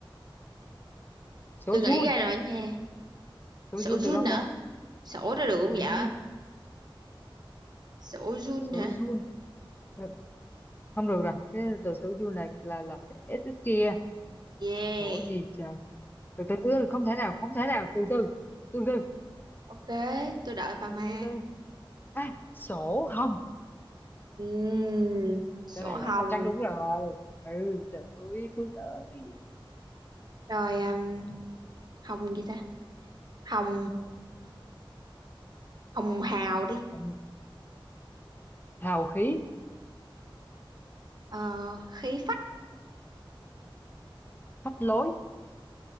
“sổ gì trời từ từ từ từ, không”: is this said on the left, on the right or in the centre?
Left